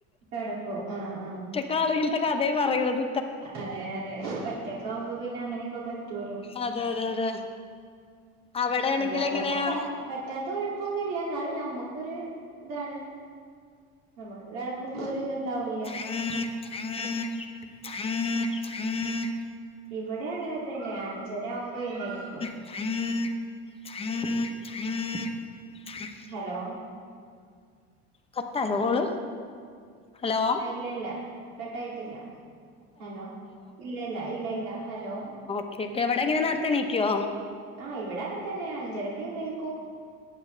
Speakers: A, on the right; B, on the left.
A: കെടക്കും ആഹ് ആഹ്
B: <unintelligible> കഥേ പറയ്ണത്
A: അതെ അതെ ഒറ്റക്കാവുമ്പോ പിന്നെ അങ്ങനെക്കെ പറ്റോലോ
B: അതെ അതെ അതെ അവിടെയാണെങ്കിൽ
A: അല്ലാത്തപ്പൊ
B: എങ്ങനെയാ
A: പറ്റ് പറ്റ് റ്റാത്ത കൊഴപ്പൊന്നുല്ല ന്നാലും ഞമ്മക്കൊര് താണ് ഞമ്മക്ക് കെടക്കുമ്പൊര് ത്ണ്ടാവില്ല
B: <inaudible>
A: ഇവടേം അങ്ങനെ തന്ന്യ അഞ്ചരാവുമ്പോ എഴുന്നേൽക്കും
B: <inaudible>
A: ഹലോ
B: കട്ടായോ കോള് ഹലോ
A: ഇല്ലല്ല കട്ടായിട്ടില്ല ഹലോ ഇല്ലല്ല ഇല്ലല്ല ഹലോ
B: <unintelligible> വടെങ്ങനെ നേര്ത്തെണീക്കോ
A: ആഹ് ഇവടെ അങ്ങൻ തന്നാ അഞ്ചരക്കെഴ്ന്നേൽക്കും